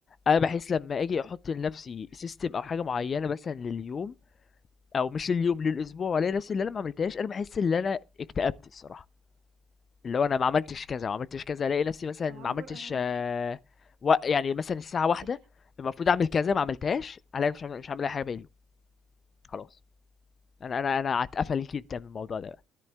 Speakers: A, on the left; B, on the right.
A: أنا بحس لما أجي أحط لنفسي سيستم أو حاجة معينة مثلا لليوم أو مش لليوم للأسبوع وألاقي نفسي اللي أنا ما عملتهاش أنا بحس إن أنا اكتئبت الصراحة اللي هو أنا ما عملتش كذا وما عملتش كذا ألاقي نفسي مثلا
B: طب
A: ما
B: ما
A: عملتش
B: هو بر... أنا برضه
A: آه،
B: كده
A: و... يعني مثلا الساعة واحدة
B: إيه؟
A: المفروض أعمل كذا
B: مم.
A: ما عملتهاش ألاقي مش عامل مش عامل أي حاجة باقي اليوم خلاص أنا أنا أنا هتقفل جدا من الموضوع ده